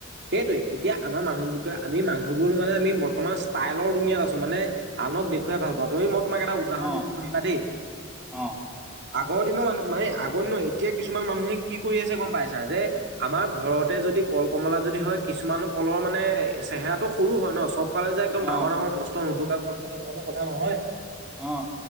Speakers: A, on the right; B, in the centre.
A: সেইটোৱে এতিয়া আমাৰ মানুহবোৰ যে আমি মানুহবোৰ মানে আমি বৰ্তমান ষ্টাইলৰ দুনীয়াত আছোঁ। মানে- আনক দেখুৱাই ভাল পাওঁ। তুমি -মই তোমাক এটা উদাহৰণ
B: অ
A: দিছো শুনিবা দেই।
B: অ
A: আগৰ দিনৰ মানুহ মানে আগৰ দিনৰ এতিয়া কিছুমান মানুহে কি কৰি আছে গম পাইছা? যে- আমাৰ ঘৰতে যদি কল, কমলা- যদি হয় কিছুমান কলৰ মানে চেহেৰাটো সৰু হয় ন, চব কলে যে একদম
B: অ',
A: ডাঙৰ ডাঙৰ- নুদুকা কল হ'ব তেনেকুৱা কথা নহয়।
B: অঁ।